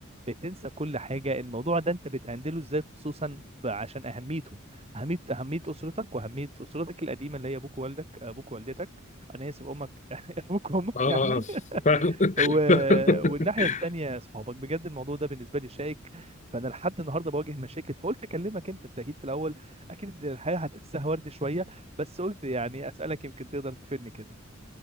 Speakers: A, on the right; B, on the left.
A: بتنسى كل حاجه الموضوع ده انت بتهندله ازاي خصوصا ب- عشان اهميته اهميه اهميه اسرتك واهميه اسرتك القديمه اللي هي ابوك ووالدك ابوك ووالدتك انا اسف امك <laughs> ابوك وامك
B: اه اه
A: يعني
B: آه.
A: <laughs>
B: فعلا.
A: و...
B: <laughs>
A: والناحيه التانيه صحابك بجد الموضوع ده بالنسبه لي شائك فانا لحد النهارده بواجه مشاكل فقلت اكلمك انت انت اكيد في الاول اكيد الحياه هتحسها ورد شويه بس قلت يعني اسالك يمكن تقدر تفيدني كده